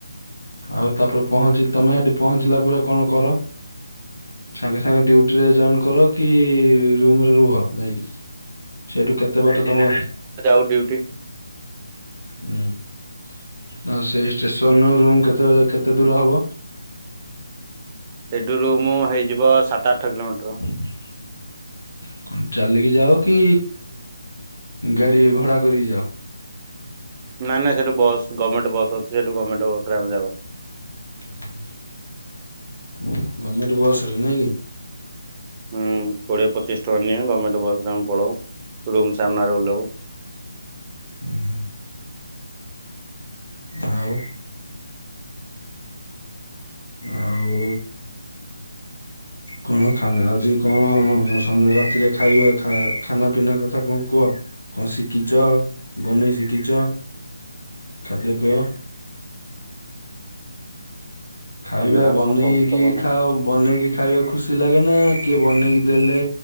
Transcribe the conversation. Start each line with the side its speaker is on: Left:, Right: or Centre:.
Left: ଆଉ ତାପ୍ରେ ପହଞ୍ଚି ତମେ ହେଠି ପହଞ୍ଚିଲା ପରେ କଣ କର? ସାଙ୍ଗେ ସାଙ୍ଗେ ଡ୍ୟୁଟି ରେ ଜଏନ କର କି ରୁମ ରେ ରୁହ ଯାଇକି ସେଇଠୁ କେତେ ବାଟ ତମ
Right: ଡିଉଟି
Left: ହୁଁ ଆ ସେଇ ଷ୍ଟେସନ ରୁମ୍ କେତେ କେତେ ଦୂର ହେବ।
Right: ସେଇଠୁରୁୁ ମୁଁ ହେଇଯିବ ସାତ ଆଠ କିଲୋମିଟର।
Left: <inaudible> କଣ ଚାଲିକି ଯାଅ କି ଗାଡି ଭଡ଼ା କରିକି ଯାଅ।
Right: ନା ନାଁ ସେଠୁ ବସ୍ ଗମେଣ୍ଟ ବସ୍ ଅଛି ସେଠୁ ଗମେଣ୍ଟ ବସ୍ ରେ ଆମେ ଯାଉ।
Left: <inaudible> ଗଭର୍ଣମେଣ୍ଟ ବସ୍ ରେ ନାଇଁ କି।
Right: ହୁଁ କୋଡିଏ ପଚିଶ ଟଙ୍କା ନିଏ ଗମେଣ୍ଟ ବସରେ ଆମେ ପଳାଉ ରୁମ୍ ସାମ୍ନାରେ ଓଲାଉ।
Left: ହୁଁ ହୁଁ ଆଉ ଆଉ କଣ ଖାନା ଆଜି କଣ ସନ୍ଧ୍ୟା ରାତିରେ ଖାଇବା ଖାନା ପିନା କଥା କଣ କୁହ। କଣ ଶିଖିଛ, ବନେଇ ଶିଖିଛ, ଖାଦ୍ୟପେୟ ଖାଇବା
Right: ବନେଇବା
Left: ବନେଇକି
Right: କଣ ସବୁ ତ ବନା
Left: ଖାଅ ବନେଇକି ଖାଇବା କୁ ଖୁସି ଲାଗେ ନା କିଏ ବନେଇକି ଦେଲେ